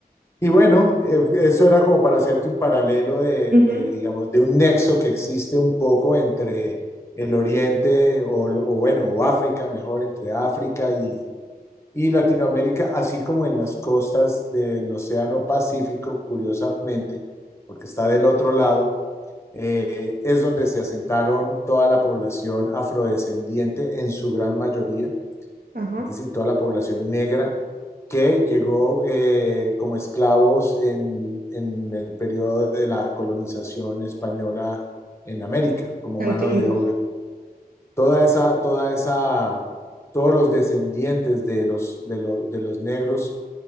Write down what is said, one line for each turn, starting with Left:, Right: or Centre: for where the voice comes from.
Left: Y bueno, eh, eso era como para hacerte un paralelo de,
Right: Ujú,
Left: de, digamos, de un nexo que existe un poco entre el Oriente o, o bueno, o África, mejor, entre África y y Latinoamérica, así como en las costas del Océano Pacífico, curiosamente, porque está del otro lado, eh, es donde se asentaron toda la población afrodescendiente en su gran mayoría,
Right: ajá,
Left: es decir, toda la población negra que llegó eh, como esclavos en, en el periodo de la colonización española en América, como
Right: entiendo.
Left: mano de obra toda esa, toda esa, todos los descendientes de los, de lo- de los negros